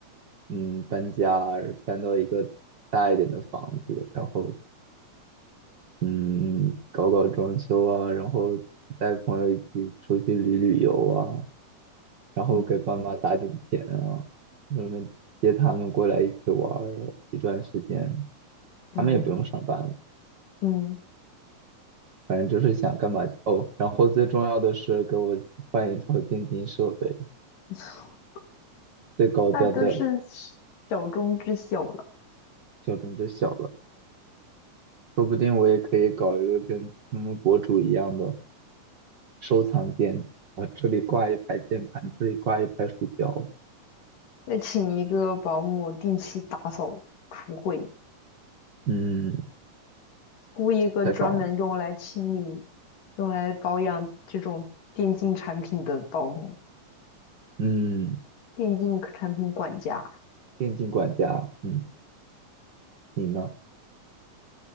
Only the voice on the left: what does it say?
嗯
嗯
嗯，
<laughs>
那都是小中之小了。
再请一个保姆定期打扫厨会，
雇一个专门用来清理、
用来保养这种电竞产品的保姆、
电竞产品管家。